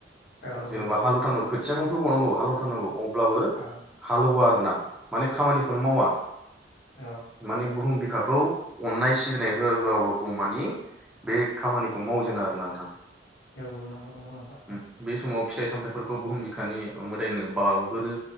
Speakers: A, on the left (about 55°); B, in the centre.
A: उम
B: जेनेबा हालु थानाव खो थियाखौनो फोबावनांगौ हालौ थारनांगौ अब्लाबो
A: औ
B: हालवा आरोना माने खामानिखौनो मावा
A: औ
B: माने बुहुम बि खाखौ अननाय सिबिनाय हो होआ गौमानि बे खामानिखौ मावजेनो आरोना नोंथां
A: औ नंगौ नंगौ नोंथां
B: उम बे समाव फिथाइ सामथायफोरखौ बुहुम बिखानि मोदायनो बाउगोरो